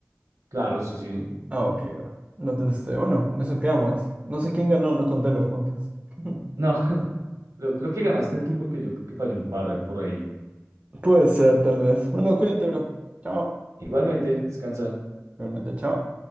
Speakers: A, on the right (about 85°); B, on the right (about 25°).
A: Claro, sí, sí.
B: Ah, ok, va. No, Entonces, este, bueno, con eso quedamos. No sé quién ganó, no conté los puntos. <laughs>
A: No, <laughs> pero creo que ganaste tú porque yo creo que fallé un par por ahí.
B: Puede ser, tal vez. Bueno, cuídate, bro. Chao.
A: Igualmente, descansa.
B: Realmente, chao.